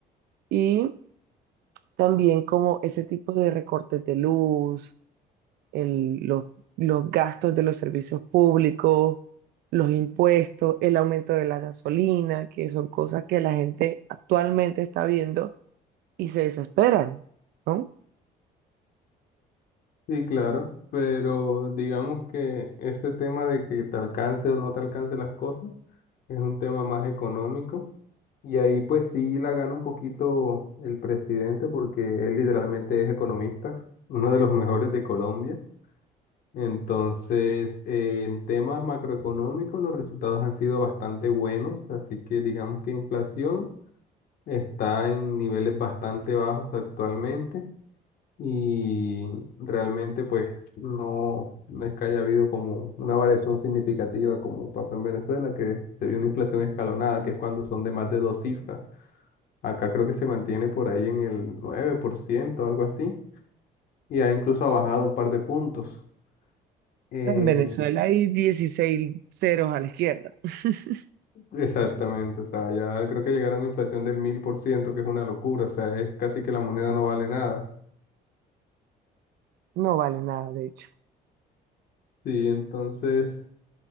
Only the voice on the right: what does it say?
Y también como ese tipo de recortes de luz, el- los, los gastos de los servicios públicos, los impuestos, el aumento de la gasolina, que son cosas que la gente actualmente está viendo y se desesperan, ¿no?
En Venezuela hay 16 ceros a la izquierda. <laughs>
No vale nada, de hecho.